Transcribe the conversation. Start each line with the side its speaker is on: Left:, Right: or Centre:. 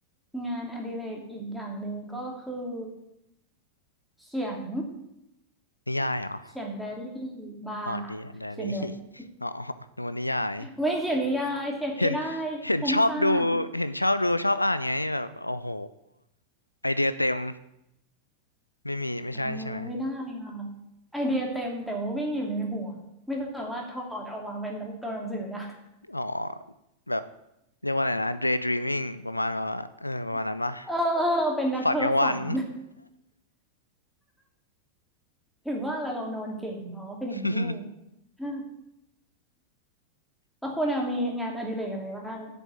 Centre: งานอดิเรกอีกอย่างหนึ่งก็คือเขียน
Left: นิยายเหรอ
Centre: เขียนไดอารี่บาร์เขียนไดอารี่
Left: อ๋อเดียได <laughs> อารี่อ๋อนึกว่านิยาย
Centre: ไม่เขียนนิยายเขียนไม่ได้
Left: เห็นเห็นชอบดู
Centre: ฟุ้งซ่าน
Left: เห็นชอบดู ชอบอ่านไงแบบโอ้โหไอเดียเต็มไม่มี ไม่ใช่ใช่ไหม
Centre: เออไม่ได้อ่ะไอเดียเต็มแต่ว่าวิ่งอยู่ในหัวไม่สามารถถอดออกมาเป็นหนังตัวหนังสือได้
Left: อ๋อแบบ เรียกว่าอะไรนะ daydreaming ประมาณแบบว่าเออประมาณนั้นปะ
Centre: <laughs> เออเออเป็นนักเพ้อฝัน
Left: ฝันกลางวัน
Centre: ถึงว่าแล้วเรานอนเก่งอ๋อเป็นอย่างนี้เอง
Left: <laughs>
Centre: ฮะแล้วคุณอะมีงานอดิเรกอะไรบ้าง